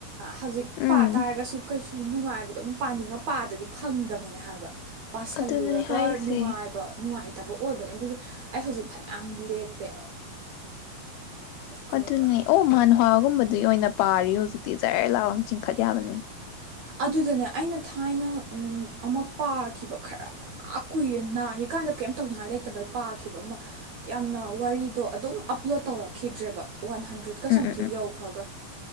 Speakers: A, on the right; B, on the left.
A: ꯍꯧꯖꯤꯛ ꯄꯥ
B: ꯎꯝ
A: ꯇꯥꯔꯒꯁꯨ ꯀꯩꯁꯨ ꯅꯨꯡꯉꯥꯏꯕ ꯑꯗꯨꯝ ꯄꯥꯅꯤꯡꯅ ꯄꯥꯗꯗꯤ ꯐꯪꯗꯕꯅꯦ ꯍꯥꯏꯕ ꯄꯥꯁꯜꯂꯨꯔꯒ
B: ꯑꯗꯨꯅꯦ ꯍꯥꯏꯁꯦ
A: ꯅꯨꯡꯉꯥꯏꯕ ꯅꯨꯡꯉꯥꯏ <unintelligible> ꯑꯩ ꯍꯧꯖꯤꯛ ꯐꯅ ꯌꯥꯝ ꯂꯦꯞꯄꯦ꯫ ꯀꯩꯅꯣ
B: ꯑꯗꯨꯅꯦ ꯑꯣ ꯃꯥꯥꯟꯍꯥꯒꯨꯝꯕ ꯑꯗꯒꯤ ꯑꯣꯏꯅ ꯄꯥꯔꯤ ꯍꯧꯖꯤꯛꯇꯤ ꯖꯔ ꯂꯥꯎ ꯆꯤꯡꯈꯠ ꯌꯥꯕꯅꯦ꯫
A: ꯑꯗꯨꯗꯅꯦ ꯑꯩꯅ ꯊꯥꯏꯅ ꯎꯝ ꯑꯃ ꯄꯥꯈꯤꯕ ꯈꯔ ꯀꯨꯏꯔꯦ ꯅꯥꯔꯤꯀꯥꯟꯗ ꯀꯩꯝ ꯇꯧꯅꯤꯡꯉꯥꯏ ꯂꯩꯇꯕꯩ ꯄꯥꯈꯤꯕ ꯑꯃ ꯌꯥꯝꯅ ꯋꯥꯔꯤꯗꯣ ꯑꯗꯨꯝ ꯑꯞꯂꯣꯗ ꯇꯧꯔꯛꯈꯤꯗ꯭ꯔꯦꯕ꯫ ꯋꯥꯟ ꯍꯟꯗ꯭ꯔꯦꯗꯀ
B: ꯎꯝ
A: ꯁꯝꯊꯤꯡ
B: ꯎꯝ ꯎꯝ
A: ꯌꯧꯈ꯭ꯔꯒ